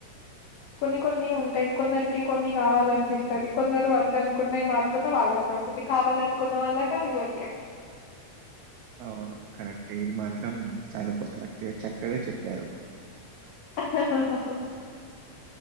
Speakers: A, on the left; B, on the right.
A: కొన్ని కొన్ని ఉంటాయి కొందరికి కొన్ని కావాలనిపిస్తుది కొందరు వద్ద అనుకున్నాయి మాత్రమే వాళ్ళకు దరికుది కావాలనుకున్న వాల్ళ కా దొరికే
B: అవును కరెక్ట్ ఇది మాత్రం చాలాా కరెక్ట్గా చక్కగా చెప్పారు
A: ఆహ్ హ్ ఆహ్ హ్